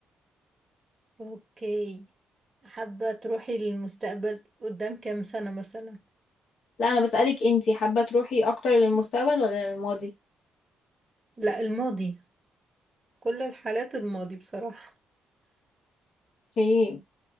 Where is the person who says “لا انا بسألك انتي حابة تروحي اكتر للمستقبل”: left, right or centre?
Left